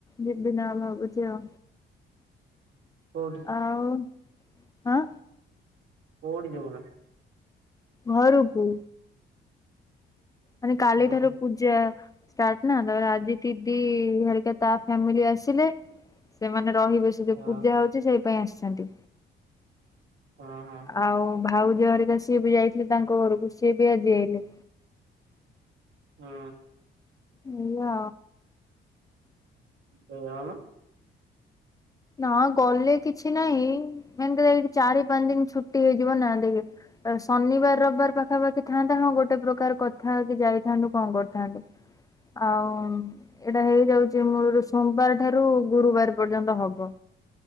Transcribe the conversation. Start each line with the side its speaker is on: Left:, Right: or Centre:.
Left: ବିବିନା ଭାବୁଚି ଆଉ।
Right: କୋଉଠି
Left: ଆଉ, ଆଁ।
Right: କୋଉଠି ଜିବୁନା?
Left: ଘରୁକୁ। ମାନେ କାଲିଠାରୁ
Right: ଓହୋ
Left: ପୂଜା ଷ୍ଟାର୍ଟ ନା ତାପରେ ଆଜି ଦିଦି ହେରିକା ତା ଫ୍ୟାମିଲି ଆସିଲେ। ସେମାନେ ରହିବେ। ସେ ଯୋଉ ପୂଜା
Right: ଓହୋ
Left: ହଉଚି ସେଇ ପାଇଁ ଆସି ନାଁ ତୁ
Right: ହଁ ହଁ
Left: ଆଉ, ଭାଉଜ ହେରିକା ସିଏବି ଯାଇଥିଲେ ତାଙ୍କ ଘରକୁ, ସିଏ ବି ଆଜି ଆଇଲେ।
Right: ହୁଁ।
Left: ନିଅ।
Right: ତୁ ଆଉନୁ।
Left: ନା ଗଲେ କିଛି ନାହିଁ। ମେନ୍ କଥା ଏ ଚାରି, ପାଞ୍ଚ ଦିନି ଛୁଟି ହେଇଯିବ। ନା, ଦେଖେ ଶନିବାର, ରବିବାର ପାଖାପାଖି ଥାଆନ୍ତା। ହଁ, ଗୋଟେ ପ୍ରକାର କଥା ହେଇକି ଯାଇଥାନ୍ତୁ, କଣ କରିଥାନ୍ତୁ। ଆଉ ଏଟା ହେଇଯାଉଛି ମୋର ସୋମବାର ଠାରୁ ଗୁରୁବାର ପର୍ଯ୍ୟନ୍ତ ହବ୍। ବ